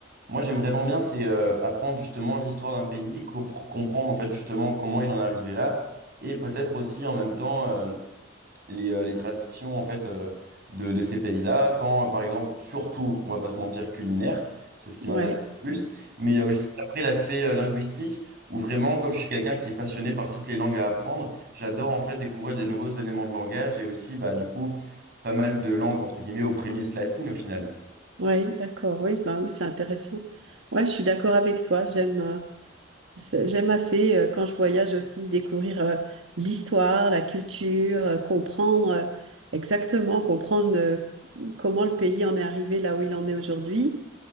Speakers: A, on the right (about 55°); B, on the right (about 85°).
A: Moi, j'aime vraiment bien, c'est euh, apprendre justement l'histoire d'un pays, compre- comprendre en fait justement comment il en est arrivé là, et peut-être aussi en même temps... euh, les, euh, les traditions en fait euh, de, de ces pays-là, tant euh, par exemple, surtout, on va pas se mentir, culinaire, c'est ce qui m'intéresse
B: Ouais,
A: le plus, mais il y a aussi après l'aspect euh, linguistique où vraiment, comme je suis quelqu'un qui est passionné par toutes les langues à apprendre, j'adore en fait découvrir des nouveaux éléments de langage et aussi bah du coup pas mal de langues entre guillemets aux prémices latines au final.
B: ouais, d'accord. Oui, ben oui, c'est intéressant. Ouais, je suis d'accord avec toi. J'aime. euh, C'est- J'aime assez, euh, quand je voyage aussi, découvrir euh, l'histoire, la culture, euh, comprendre euh, exactement, comprendre euh, comment le pays en est arrivé là où il en est aujourd'hui.